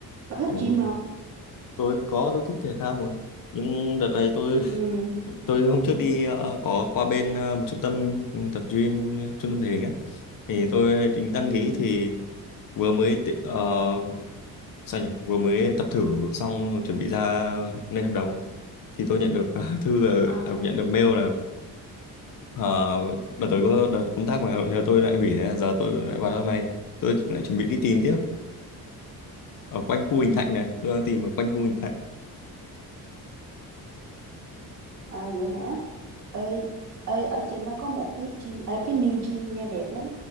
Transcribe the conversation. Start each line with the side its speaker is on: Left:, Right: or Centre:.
Right: bà thích
Left: đúng
Right: gym
Left: rồi
Right: không
Left: tôi có tôi thích thể thao mà nhưng đợt này tôi
Right: ừ,
Left: tôi hôm trước đi ờ, có qua bên ờ, một trung tâm tập gym trung tâm thể hình á thì tôi tính
Right: ừ,
Left: đăng ký
Right: ừ.
Left: thì vừa mới tự- ờ, sao nhỉ vừa mới tập thử xong chuẩn bị ra lên hợp đồng ạ. thì tôi nhận được <laughs> thư là-
Right: À.
Left: à, nhận được mail là ờ, đợt tới có đợt công tác mà giờ tôi lại hủy thế giờ tôi lại vào trong này tôi lại chuẩn bị đi tìm tiếp ở quanh khu Bình Thạnh này tôi đang tìm ở quanh khu Bình Thạnh
Right: À vậy hả? Ê, ê ở trên nó có một cái gym, ê, cái new gym nha đẹp lắm,